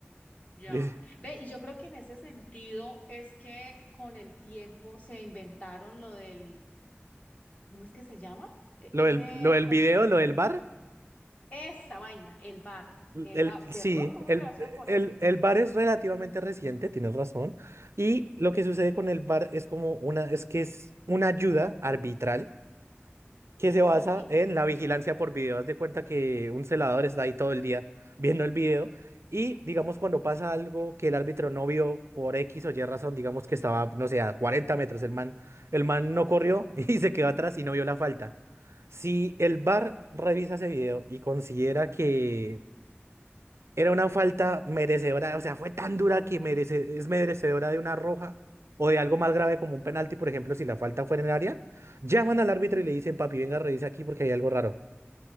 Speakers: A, on the left (about 35°); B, on the right (about 80°).
A: Ya.
B: Dice,
A: Ve, y yo creo que en ese sentido es que con el tiempo se inventaron lo del, ¿cómo es que se llama? E-
B: Lo del,
A: Ese,
B: lo del
A: com-
B: video, lo del bar
A: esa vaina, el bar, el
B: El,
A: bar, ¿cierto?
B: sí,
A: Tuvo
B: el,
A: que haber sido por
B: el,
A: eso.
B: el
A: ¿qué?
B: bar es relativamente reciente, tienes razón. Y lo que sucede con el bar es como una, es que es una ayuda arbitral que se
A: Sí.
B: basa en la vigilancia por video. Haz de cuenta que un celador está ahí todo el día viendo el video y digamos cuando pasa algo que el árbitro no vio por X o Y razón, digamos que estaba, no sé, a 40 metros, el man, el man no corrió <laughs> y se quedó atrás y no vio la falta. Si el bar revisa ese video y considera que era una falta merecedora, o sea, fue tan dura que merece, es merecedora de una roja o de algo más grave como un penalti, por ejemplo, si la falta fuera en el área, llaman al árbitro y le dicen, papi, venga, revisa aquí porque hay algo raro.